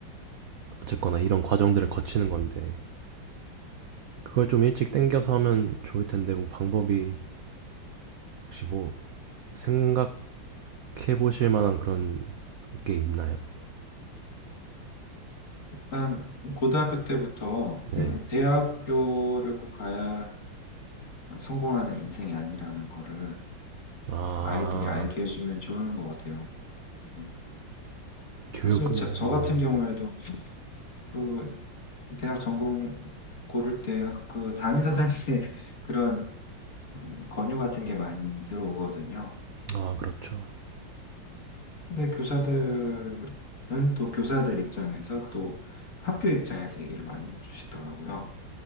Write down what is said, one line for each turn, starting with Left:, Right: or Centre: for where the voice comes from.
Right: 어쨌거나 이런 과정들을 거치는 건데 그걸 좀 일찍 땡겨서 하면 좋을 텐데 뭐 방법이 혹시 뭐 생각해 보실 만한 그런 게 있나요?
Left: 일단 고등학교 때부터
Right: 네.
Left: <clears throat> 대학교를 꼭 가야 성공하는 인생이 아니라는 거를
Right: 아.
Left: 아이들이 알게 해주면 좋은 것 같아요. 예.
Right: 교육을
Left: 사실 저,
Right: 음.
Left: 저 같은 경우에도 그 대학 전공 고를 때 그 담임 선생님의 <laughs> 그런 음, 권유 같은 게 많이 들어오거든요.
Right: 아 그렇죠.
Left: 근데 교사들은 또 교사들 입장에서 또 학교 입장에서 얘기를 많이 해주시더라고요.